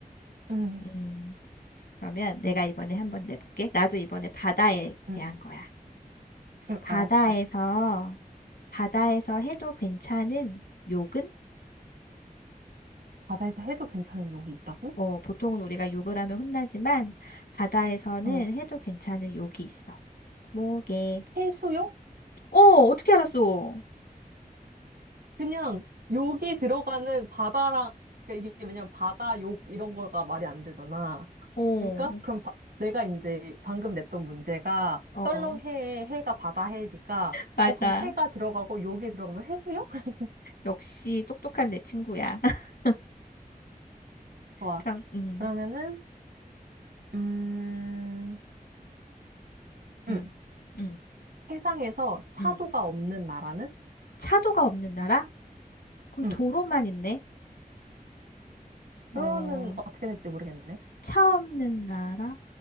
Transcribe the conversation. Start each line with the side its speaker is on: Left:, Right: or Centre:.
Right: 응,
Left: 음, 그러면 내가 이번에 한번 내볼게. 나도 이번에 바다에
Right: 응,
Left: 대한 거야.
Right: 응,
Left: 바다에서,
Right: 알았어.
Left: 바다에서 해도 괜찮은 욕은?
Right: 바다에서 해도 괜찮은 욕이 있다고?
Left: 어, 보통은 우리가 욕을 하면 혼나지만, 바다에서는
Right: 응.
Left: 해도 괜찮은 욕이 있어. 뭐게?
Right: 해수욕?
Left: 어, 어떻게 알았어?
Right: 그냥 욕이 들어가는 바다랑 그러니까 이게 왜냐면 바다 욕 이런 거가 말이 안 되잖아.
Left: 어,
Right: 그러니까 그럼 바- 내가 이제 방금 냈던 문제가
Left: 어.
Right: 썰렁해에 해가 바다 해니까
Left: 맞아.
Right: 어 그럼 해가 들어가고 욕이 들어가면 해수욕? <laughs>
Left: 역시 똑똑한 내 친구야. <laughs>
Right: 좋아.
Left: 그럼, 음,
Right: 그러면은 음,
Left: 음
Right: 음
Left: 음
Right: 세상에서 차도가
Left: 음
Right: 없는 나라는?
Left: 차도가 없는 나라? 그럼
Right: 음
Left: 도로만 있네? 어,
Right: 그거는 어떻게 될지 모르겠네.
Left: 차 없는 나라?